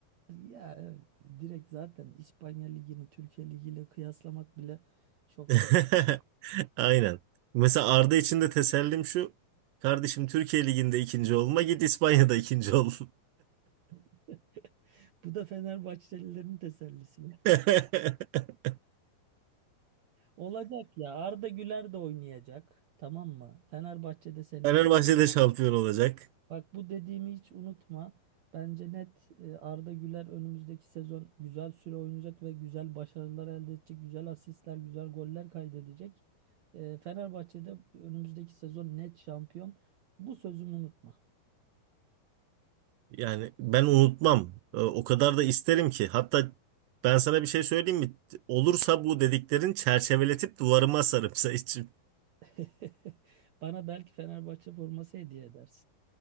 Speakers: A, on the right; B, on the right.
A: Ya evet direkt zaten İspanya Ligi'ni Türkiye Ligi'yle kıyaslamak bile çok
B: <laughs>
A: şey oldu.
B: Aynen. Mesela Arda için de tesellim şu. Kardeşim Türkiye Ligi'nde ikinci olma git İspanya'da ikinci ol.
A: <laughs> Bu da Fenerbahçelilerin tesellisi.
B: <laughs>
A: Olacak ya Arda Güler de oynayacak tamam mı? Fenerbahçe'de seneye
B: Fenerbahçe de şampiyon olacak.
A: Bak bu dediğimi hiç unutma. Bence net e, Arda Güler önümüzdeki sezon güzel süre oynayacak ve güzel başarılar elde edecek. Güzel asistler, güzel goller kaydedecek. E, Fenerbahçe'de önümüzdeki sezon net şampiyon. Bu sözümü unutma.
B: Yani ben unutmam. Ee, O kadar da isterim ki. Hatta ben sana bir şey söyleyeyim mi? Olursa bu dediklerin çerçeveletip duvarıma asarım sen için.
A: <laughs> Bana belki Fenerbahçe forması hediye edersin.